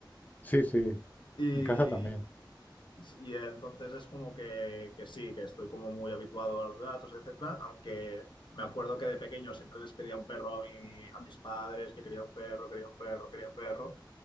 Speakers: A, on the left; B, on the left.
A: sí, sí,
B: Y,
A: en casa también.
B: Y entonces es como que, que sí, que estoy como muy habituado a los gatos, etcétera, aunque me acuerdo que de pequeño siempre les pedía un perro a mi- a mis padres, que quería un perro, quería un perro, quería un perro,